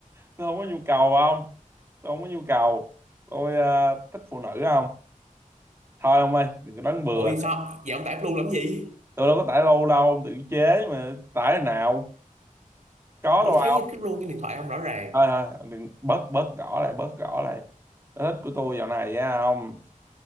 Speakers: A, on the right (about 20°); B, on the right (about 60°).
A: tôi không có nhu cầu không tôi không có nhu cầu tôi ờ, thích phụ nữ không thôi ông ơi đừng có đoán bừa
B: Ủa thì sao? Vậy ông tải Blue làm gì?
A: tôi đâu có tải lâu đâu tự chế mà tải nào có
B: Bữa
A: đâu
B: thấy cái Blue trên điện thoại ông rõ ràng.
A: thôi thôi đừng bớt bớt gõ lại bớt gõ lại sở thích của tôi dạo này á ông